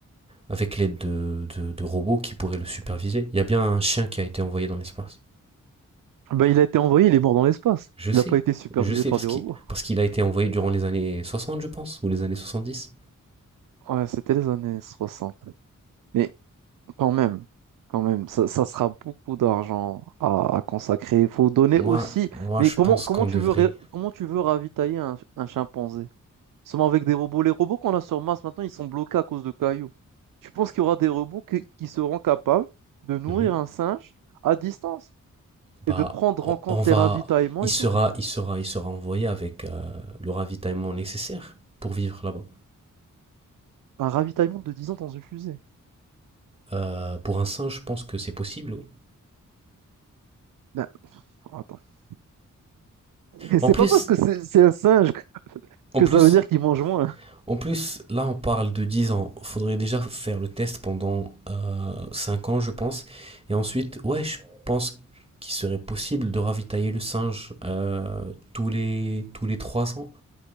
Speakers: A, on the right (about 20°); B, on the right (about 80°).
A: avec l'aide de, de, de robots qui pourraient le superviser. Il y a bien un chien qui a été envoyé dans l'espace.
B: Ben, il a été envoyé, il est mort dans l'espace.
A: Je sais,
B: Il n'a pas été supervisé
A: je sais,
B: par
A: parce
B: des
A: qu'il,
B: robots.
A: parce qu'il a été envoyé durant les années 60, je pense, ou les années 70.
B: Ouais, c'était les années 60. Mais quand même, quand même, ça, ça sera beaucoup d'argent à, à consacrer. Il faut donner
A: Moi,
B: aussi.
A: moi
B: Mais
A: je
B: comment,
A: pense
B: comment
A: qu'on
B: tu
A: devrait.
B: veux, ré- comment tu veux ravitailler un, un chimpanzé? Seulement avec des robots, les robots qu'on a sur Mars maintenant, ils sont bloqués à cause de cailloux. Tu penses qu'il y aura des robots qui, qui seront capables de nourrir
A: Mhm.
B: un singe à distance
A: Bah,
B: et de prendre
A: on,
B: en compte
A: on va.
B: les ravitaillements
A: Il
B: et
A: sera,
B: tout?
A: il sera, il sera envoyé avec euh, le ravitaillement nécessaire pour vivre là-bas.
B: Un ravitaillement de 10 ans dans une fusée.
A: Euh, pour un singe, je pense que c'est possible, oui.
B: Non, attends. Mais
A: En
B: c'est
A: plus,
B: pas parce que c'est c'est un singe que,
A: en
B: que
A: plus,
B: ça veut dire qu'il mange moins.
A: En plus, là, on parle de 10 ans. Il Faudrait déjà faire le test pendant euh, 5 ans, je pense. Et ensuite, ouais, je pense qu'il serait possible de ravitailler le singe euh, tous les, tous les 3 ans